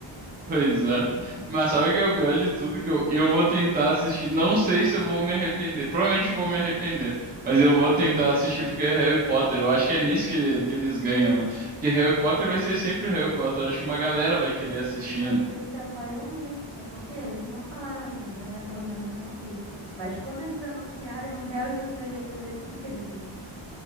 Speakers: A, on the right; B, on the right.
A: Pois é. Mas sabe o que é o pior de tudo? Que eu, eu vou tentar assistir. Não sei se eu vou me arrepender. Provavelmente eu vou me arrepender. Mas eu vou tentar assistir porque é Harry Potter. Eu acho que é nisso que, ele- que eles ganham, né? Porque Harry Potter vai ser sempre Harry Potter. Eu acho que uma galera vai querer assistir,
B: Mas
A: né?
B: eles se apoiam nisso, sabe por quê? Eles não falaram ainda, né? Pelo menos eu não vi. Mas quando eles anunciarem o Harry, você vai ver que ele vai ser incrível.